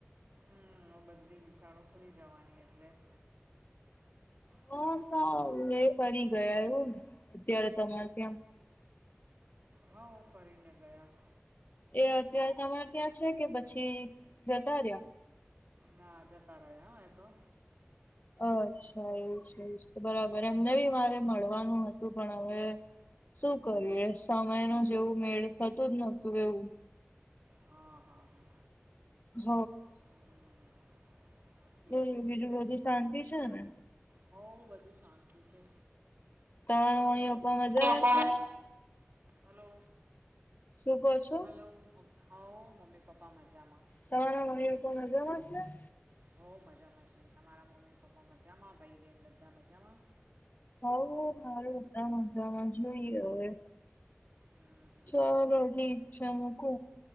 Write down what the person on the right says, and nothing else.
હમ્મ બધી નિશાળો ખુલી જવાની એટલે-
હમ
હ ફરીને ગયા-
ના જતા રહ્યા હોય તો?
હા હા હા
હમ ઠીક
હો હું બધું શાંતિ છે
અરેક
પું-
હલો
હલો હો મમ્મી પપ્પા મજામાં-
બઉ મજામાં છે તમારા મમ્મી પપ્પા મજામાં ભાઈ બહેન બધા મજામાં-
હમ-